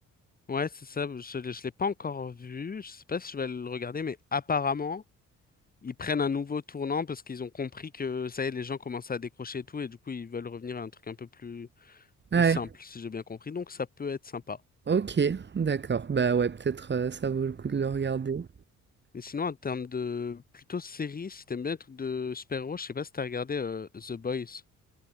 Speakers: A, on the left (about 30°); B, on the right (about 35°).
A: ouais, c'est ça, je, l'ai- je l'ai pas encore vu, je sais pas si je vais le regarder, mais apparemment. ils prennent un nouveau tournant parce qu'ils ont compris que ça y est, les gens commencent à décrocher et tout, et du coup, ils veulent revenir à un truc un peu plus, plus
B: Ouais.
A: simple, si j'ai bien compris. Donc, ça peut être sympa.
B: Ok, d'accord. Bah ouais, peut-être euh, ça vaut le coup de le regarder.
A: Mais sinon, en termes de plutôt série, si t'aimes bien les trucs de super-héros, je sais pas si t'as regardé euh, The Boys.